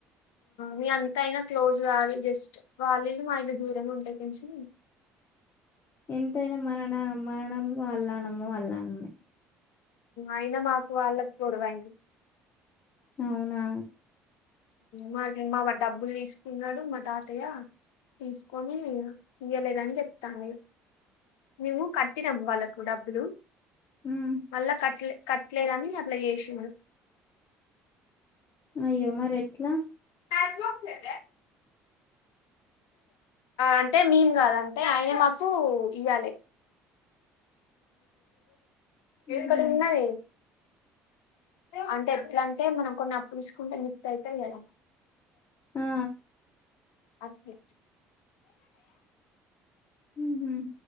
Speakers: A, on the left; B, on the left.
A: మీ అంత ఐనా క్లోజ్ గాదు జస్ట్ వాళ్లిళ్లు మా ఇల్లు దూరమే ఉంటది కొంచెం
B: ఎంతైనా మన నానమ్మ మన నానమ్మే వాళ్ళ నానమ్మ వాళ్ళ నానమ్మేనే
A: అయినా మాకు వాళ్ళకు గొడవైంది
B: అవునా
A: మాకు మాగ డబ్బులు దీస్కున్నాడు మా తాతయ్య తీస్కోని ఇయ్యలేదనీ చెప్తాంది ఇగా మేమూ కట్టినం వాళ్ళకు డబ్బులు
B: ఉమ్
A: మళ్ళా కట్లే కట్లేదని అట్లా ఏశిండు
B: అయ్యో మారెట్లా
A: మ్యాచ్బాక్స్ ఏదే అంటే మింగాదంటే ఆయనే మాకు ఇయ్యాలే ఇక్కడున్నదీ
B: ఉహు
A: అంటే ఎట్లంటే మనం కొన్ని అప్పు తీస్కుంటే మిత్తైతది కదా
B: ఆ
A: అట్ల
B: ఉహ్మ్